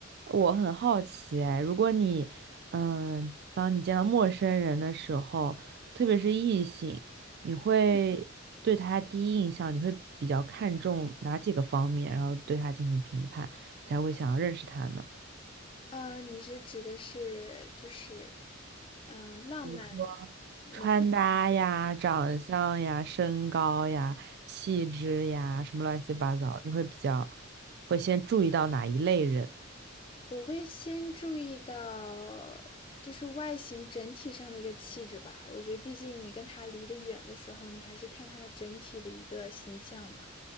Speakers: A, on the right; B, on the left.
A: 我很好奇哎，如果你，嗯，当你见到陌生人的时候，特别是异性，你会对他第一印象，你会比较看重哪几个方面，然后对他进行评判，才会想要认识他呢？
B: 呃，你是指的是就是，嗯，呃浪漫那
A: 比如说穿搭呀、长相呀、身高呀、气质呀，什么乱七八糟，你会比较会先注意到哪一类人？
B: 我会先注意到就是外形整体上的一个气质吧。我觉得，毕竟你跟他离得远的时候，你还是看他整体的一个形象嘛。